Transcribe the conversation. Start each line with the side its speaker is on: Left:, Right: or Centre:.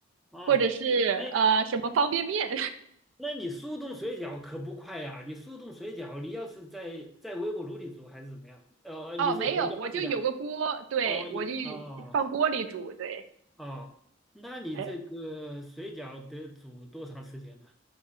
Centre: 啊！
Right: 或者是呃什么方便面。
Centre: 哎，那你速冻水饺可不快呀、你速冻水饺，你要是在在微波炉里煮还是怎么样？呃，
Right: 哦，
Centre: 你是回家是吧？
Right: 没有，我就有个锅，对，
Centre: 哦，你哦
Right: 我就放锅里煮，对，
Centre: 哦，那你这个水饺得煮多长时间呢？
Right: 哎，